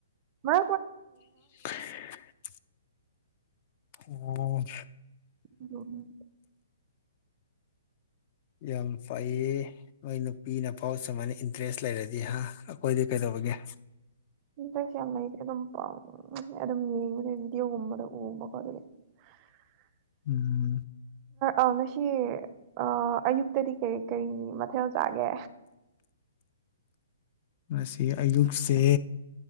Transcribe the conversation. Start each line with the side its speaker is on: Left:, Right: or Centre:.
Right: ꯃ
Left: <inaudible> ꯎꯝ
Right: ꯎꯝ
Left: ꯌꯥꯝ ꯐꯩꯌꯦ ꯃꯣꯏ ꯅꯨꯄꯤꯅꯐꯥꯎ ꯁꯨꯃꯥꯏꯅ ꯏꯟꯇꯔꯦꯁ ꯂꯩꯔꯗꯤ ꯍꯥ ꯍꯣꯏꯗꯤ ꯀꯩꯗꯧꯕꯒꯦ
Right: ꯏꯟꯇꯔꯦꯁ ꯌꯥꯝ ꯂꯩꯇꯦ ꯑꯗꯨꯝꯥꯎ ꯑꯗꯨꯝ ꯌꯦꯡꯕꯗ ꯚꯗꯤꯑꯣꯒꯨꯝꯕꯗ ꯎꯕ ꯈꯣꯠꯗꯤ <inaudible>
Left: ꯎꯝ
Right: ꯑ ꯉꯁꯤ ꯑꯣ ꯑꯌꯨꯛꯇꯗꯤ ꯀꯔꯤ ꯀꯔꯤ ꯃꯊꯦꯜ ꯆꯥꯒꯦ
Left: ꯉꯁꯤ ꯑꯌꯨꯛꯁꯦ